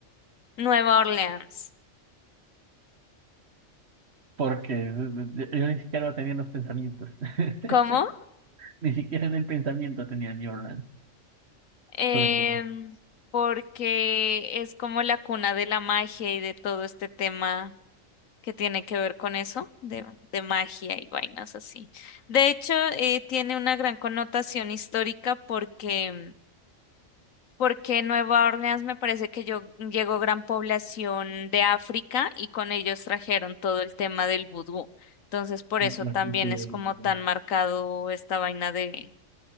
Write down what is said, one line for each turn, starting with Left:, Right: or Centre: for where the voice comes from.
Left: Nueva Orleans.
Right: porque eh, eh, yo ni siquiera tenía en los pensamientos. <laughs>
Left: ¿Cómo?
Right: Ni siquiera en el pensamiento tenía New Orleans.
Left: Em,
Right: Porque
Left: porque es como la cuna de la magia y de todo este tema que tiene que ver con eso, de, de magia y vainas así. De hecho, eh, tiene una gran connotación histórica porque porque Nueva Orleans me parece que yo, llegó gran población de África y con ellos trajeron todo el tema del vudú. Entonces, por eso
Right: la
Left: también
Right: cultura.
Left: es como
Right: de-
Left: tan marcado esta vaina de,